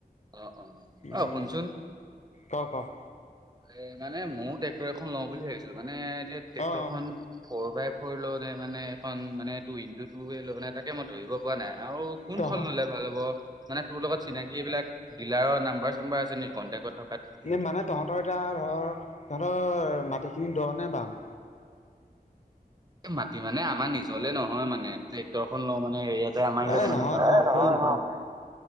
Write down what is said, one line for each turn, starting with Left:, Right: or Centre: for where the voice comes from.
Right: অ', অ',
Left: উম,
Right: অ', শুনচোন
Left: ক' ক'?
Right: এই মানে ময়ো ট্ৰেক্টৰ এখন লওঁ বুলি ভাবিছিলো মানে এতিয়া ট্ৰেক্টৰখন
Left: অ অ
Right: ফ'ৰ বাই ফ'ৰ লওঁ নে মানে এইখন মানে টু ইনটু টুৱে লওঁ নে, তাকে মই ধৰিব পোৱা নাই আৰু কোনখন
Left: তহ
Right: ল'লে ভাল হ'ব মানে তোৰ লগত চিনাকি এইবিলাক ডিলাৰৰ নাম্বাৰ-চাম্বাৰ আছে নেকি কণ্টেক্টত থকাত?
Left: মানে তহঁতৰ এতিয়া ধৰ তহঁতৰ মাটিখিনি দ' নে বাম?
Right: এই মাটি মানে আমাৰ নিজলে নহয় মানে ট্ৰেক্টৰ খন লওঁ মানে ইয়াত তে আমাৰ ইয়াত
Left: এ
Right: মানে
Left: নহয় নহয় শুন
Right: <unintelligible>